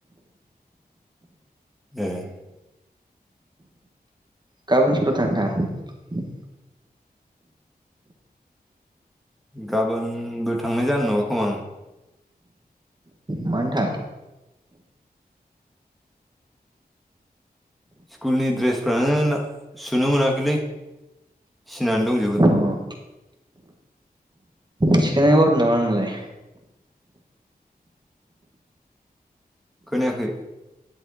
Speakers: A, in the centre; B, on the right.
A: एह।
B: गाबोन स्कलाव थांगोन थाङा?
A: गाबोनबो थांनाय जानाय नङा खोमा आं।
B: मानो थाङा?
A: स्कुलनि ड्रेसफ्रानो सुनो मोनाखैलै। सिनानै दंजोबो।
B: अ थिखोनो बावदों नामा नोंलाय?
A: खोनायाखै?